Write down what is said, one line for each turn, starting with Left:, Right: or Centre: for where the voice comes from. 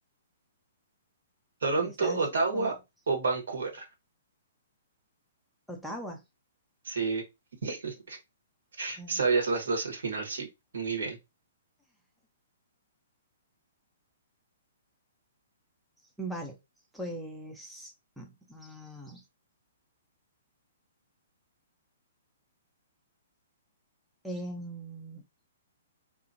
Right: ¿Toronto,
Centre: me estás
Right: Ottawa
Centre: como
Right: o Vancouver?
Centre: Ottawa.
Right: Sí, <laughs>
Centre: Claro.
Right: sabías las dos al final, sí. Muy bien.
Centre: Vale, pues... mm, mm. Em,